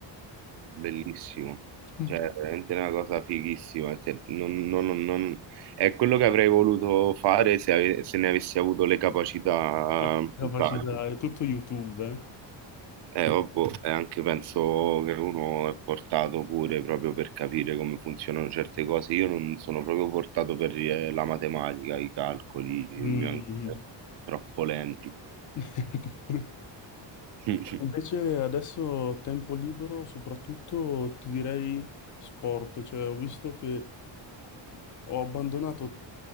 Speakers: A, on the right; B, on the left.
A: Bellissimo,
B: <laughs>
A: cioè è veramente una cosa fighissima, cioè, non- non- non- non- è quello che avrei voluto fare se, ave- se ne avessi avuto le capacità
B: La
A: ehm,
B: capacità
A: in Italia.
B: è tutto YouTube.
A: Eh, ovvio, e anche penso che uno è portato pure proprio per capire come funzionano certe cose. Io non sono proprio portato per eh, la matematica, i calcoli, i
B: eh. Mm.
A: miei- troppo lenti.
B: <laughs> Poi
A: <laughs>
B: Invece adesso tempo libero, soprattutto ti direi sport, cioè ho visto che Ho abbandonato,